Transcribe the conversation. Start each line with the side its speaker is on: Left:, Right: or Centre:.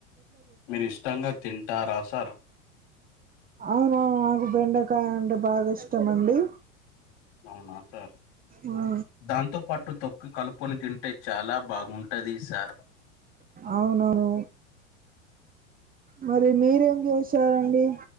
Left: మీరు ఇష్టంగా తింటారా సార్
Right: అవునా నాకు బెండకాయ అంటే బాగా ఇష్టం అండి
Left: అవునా సార్
Right: ఆ
Left: దాంతో పాటు తొ కలుపుకొని తింటే చాలా బాగుంటది సార్
Right: అవునవును మరి మీరేం చేసారండి